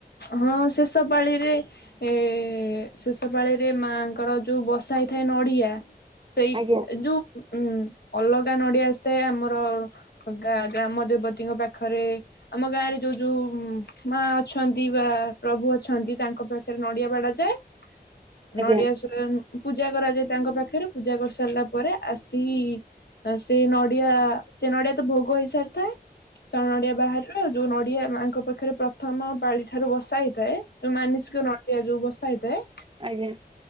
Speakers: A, on the left (about 75°); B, on the right (about 30°).
A: ହଁ ଶେଷ ପାାଳିରେ ଏ ଶେଷ ପାାଳିରେ ମାଙ୍କର ଯୋଉ ବସା ହେ ଥାଏ ନଡିଆ ସେଇ
B: ଆଜ୍ଞା
A: ଯୋଉ ଉଁ ଅଲଗା ନଡିଆ ଆସିଥାଏ। ଆମର ଗାଁ ଗ୍ରାମ ଦେବତୀଙ୍କ ପାଖରେ ଆମ ଗାଁ ରେ ଯୋଉ- ଯୋଉ ମା ଅଛନ୍ତି। ଶିବା ପ୍ରଭୁ ଅଛନ୍ତି ତାଙ୍କ ପାଖରେ ନଡିଆ ବାଡା ଯାଏ।
B: ଆଜ୍ଞା
A: ନଡିଆ ପୂଜା କରାଯାଏ ତାଙ୍କ ପାଖରେ ପୂଜା କରିସାରିଲା ପରେ ଆସିକି - ସେ ନଡିଆ ସେ ନଡିଆ ତ ଭୋଗ ହେଇସାରିଥାଏ। ସ ନଡିଆ ବାହାରୁ ଯୋଉ ନଡିଆ ମାଙ୍କ ପାଖରେ ପ୍ରଥମ ପାଳି ଠାରୁ ବସା ହେଇଥାଏ। ଯଉ ମାନସିକ ନଡିଆ ଯୋଉ ବସା ହେଇଥାଏ।
B: ଆଜ୍ଞା